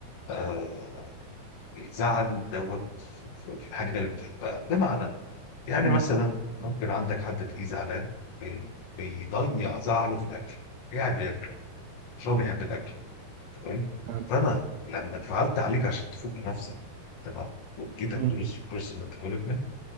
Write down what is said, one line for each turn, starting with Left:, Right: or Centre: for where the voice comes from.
Left: آه الزعل دوت في في- في الحاجه اللي بتحبها بمعنى يعني
Right: مم.
Left: مثلا ممكن عندك حد تلاقيه زعلان بي- بيضيع زعله في الاكل يعني بياكل مش هو بيحب الاكل تمام
Right: فاهم
Left: فانا لما انفعلت عليك عشان تفوق لنفسك تمام واديتك
Right: مم.
Left: دروس في البيرسونال ديفلوبمنت